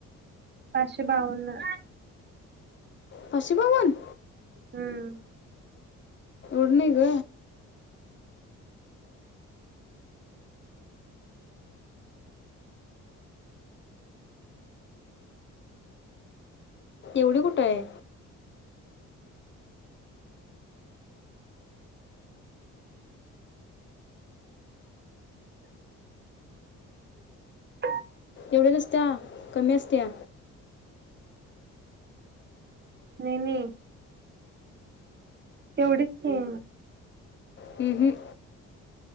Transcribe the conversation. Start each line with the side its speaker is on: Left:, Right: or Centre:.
Right: पाचशे बावन्न
Left: पाशे बावन
Right: हम्म
Left: ओडनी ग एवढी कुठ हाय
Right: <inaudible>
Left: एवढी नसत्या कमी असत्या
Right: नाही नाही तेवढेच कि
Left: हम हम